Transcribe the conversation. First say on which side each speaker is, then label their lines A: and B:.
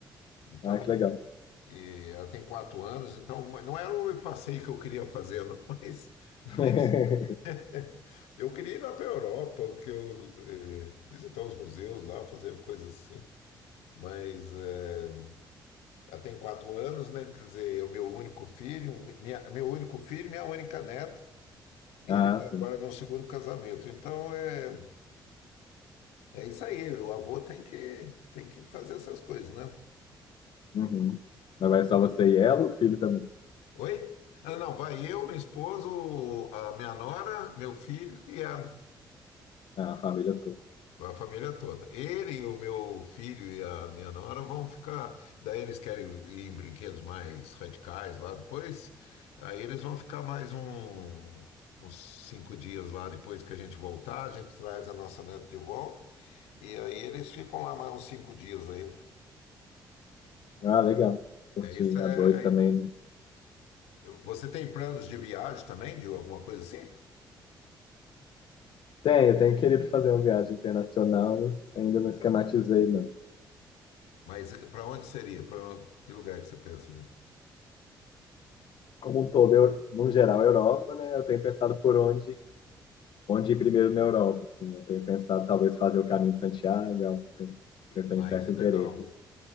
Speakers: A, on the left; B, on the left.
A: Então,
B: Ah, que legal.
A: e ela tem quatro anos, então não era o passeio que eu queria fazer, não, mas, mas
B: <laughs>
A: <laughs> eu queria ir lá para a Europa, que eu, eh, visitar os museus lá, fazer coisas assim, mas. eh, Ela tem quatro anos, né? Quer dizer, é o meu único filho, minha, meu único filho, e minha única neta, e
B: Ah,
A: ele tem
B: sim.
A: agora meu segundo casamento. Então é, é isso aí, o avô tem que, tem que fazer essas coisas, né?
B: Uhum. Mas vai só você e ela, ou o filho também?
A: Oi? Ah, não, vai eu, minha esposa, o- a minha nora, meu filho e ela.
B: Ah, a família toda.
A: Vai A família toda. Ele, o meu filho e a minha nora vão ficar. Daí eles querem ir em brinquedos mais radicais lá depois. Aí eles vão ficar mais um- uns cinco dias lá depois que a gente voltar. A gente traz a nossa neta de volta. E aí eles ficam lá mais uns cinco dias ainda.
B: Ah, legal. Curtinho,
A: É isso é.
B: a dois
A: ainda.
B: também, né?
A: Você tem planos de viagem também, de alguma coisa assim?
B: Tem, eu tenho querido fazer uma viagem internacional, mas ainda não esquematizei, não.
A: Mas para onde seria? Para que lugar que você pensa aí?
B: Como um todo, eu, no geral, a Europa, né? Eu tenho pensado por onde, onde ir primeiro na Europa, assim. Eu tenho pensado talvez fazer o caminho de Santiago, é algo que, tem, que eu tenho
A: Ah,
B: certo
A: isso é
B: interesse.
A: legal.
B: assim.